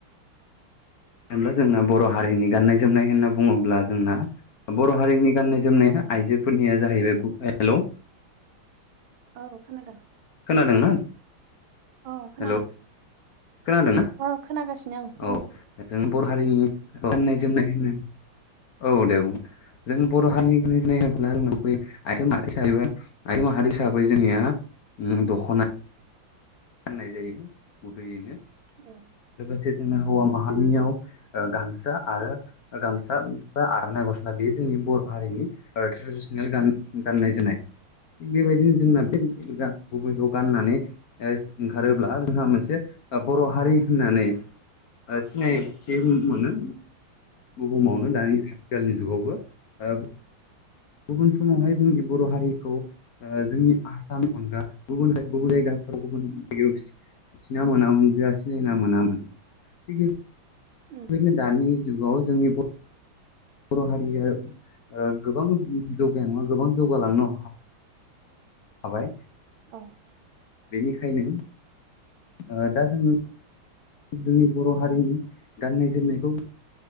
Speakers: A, on the left; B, on the right.
A: जेब्ला जोंना बर' हारिनि गाननाय जोमनाय होनना बुङोब्ला जोंना बर' हारिनि गाननाय जोमनाया आइजोफोरनिया जाहैबाय हेलौ
B: औ खोनादों
A: खोनादोंना?
B: अ खोनादों
A: हेलौ खोनादोंना
B: अ खोनागासिनो आं बुं
A: औ जों बर' हारिनि गाननाय जोमनाय होनो औ दे बुं जों बर' हारिनि गाननाय जोमनाय होन्ला जोंनाव फैयो आइजो माहारि हिसाबै जोंनिया दख'ना फाननाय जायो गुबैयैनो
B: औ
A: जे जों हौवा माहारियाव गामसा आरो गामसा आर'नाइ गस्ला बे जोंनि बर' हारिनि ट्रेडिसनेल गाननाय जोमनाय थिग बेबायदिनो जोंना बे गुबैखौ गाननानै ओंखारोब्ला जोंहा मोनसे बर' हारि होननानै सिनायथि
B: औ
A: मोनो बुहुमावनो दानि आथिखालनि जुगावबो ओ गुबुन समावहाय जोंनि बर' हारिखौ जोंनि ओ आसामनि अनगा गुबुन गुबुन जायगा आव गुबुनमिथिना मोनामोना सिनायना मोनामोन थिग बे
B: उम
A: बेबायदिनो दानि जुगाव जोंनि बर' हारिया ओ गोबां जौगानाय नङा गोबां जौगालांनो हाबाय
B: औ
A: बेनिखायनो ओ दा जों जोंनि बर' हारिनि गाननाय जोमनायखौ